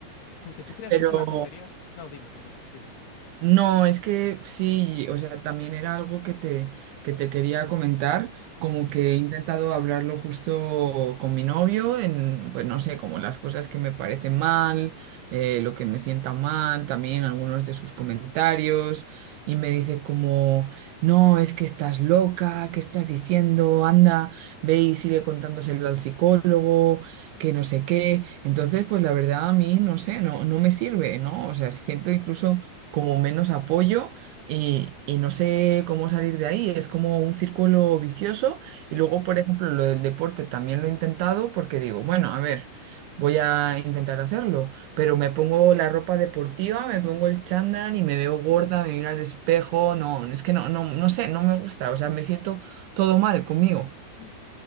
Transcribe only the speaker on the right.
Pero
No, es que sí, o sea, también era algo que te, que te quería comentar, como
que he intentado hablarlo justo con mi novio, en, pues no sé, como las cosas que me parecen mal, eh, lo que me sienta mal, también algunos de sus comentarios, y me dice como, no, es que estás loca, ¿qué estás diciendo? Anda, ve y sigue contándoselo al psicólogo, que no sé qué. Entonces, pues la verdad a mí, no sé, no, no me sirve, ¿no? O sea, siento
incluso como menos apoyo y, y no sé cómo salir de ahí. Es como un círculo vicioso.
Y luego, por ejemplo, lo del deporte también lo he intentado porque digo, bueno, a ver, voy a intentar hacerlo, pero me pongo la ropa deportiva, me pongo el chándal y me veo gorda, me miro al espejo. No, es que no, no, no sé, no me gusta. O sea, me siento todo mal conmigo.